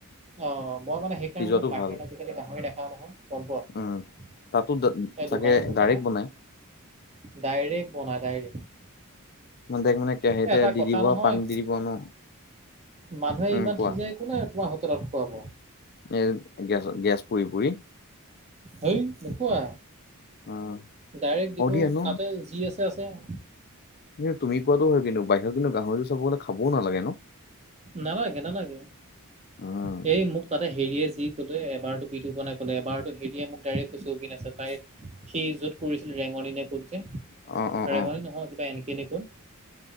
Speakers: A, on the right; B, on the left.
A: অ', মই মানে সেইকাৰণে
B: সিজোৱাটো
A: যে বাহিৰত
B: ভাল
A: আজিকালি গাহৰি দেখাও নহয়, গম পোৱা?
B: উম। তাতো ডা-চাগে
A: এই দোকানে চোকানে
B: ডাইৰেক্ট বনাই।
A: ডাইৰেক্ট বনাই, ডাইৰেক্ট।
B: মানে ডাইৰেক্ট মানে কেৰাহীতে
A: এ এটা
B: দি
A: কথা
B: দিব,
A: নহয়
B: পানি দি দিব, ন?
A: মানুহে
B: উম
A: ইমান
B: কোৱা
A: সিজাই কোনে তোমাক হোটেলত খুৱাব?
B: এ গেছ, গেছ পুৰি পুৰি।
A: হেই নোপোৱা,
B: উম
A: ডাইৰেক্ট দিব,
B: অ দিয়া ন
A: তাতে যি আছে আছে আও।
B: কিন্তু তুমি কোৱাটো হয় কিন্তু, বাহিৰত কিন্তু গাহৰি চাব গ'লে খাবও নালাগে ন?
A: নালাগে, নালাগে।
B: উম
A: সেই মোক তাতে হেৰিয়ে যি ক'লে, এবাৰটো বিতুপনে ক'লে, এবাৰটো হেৰিয়ে মোক ডাইৰেক্ট কৈছে অবিনাশে তাই সি য'ত কৰিছিল, ৰেঙনি নে ক'ত যে।
B: অ', অ', অ।
A: নহয় নহয়, কিবা এন কে নে ক'ত,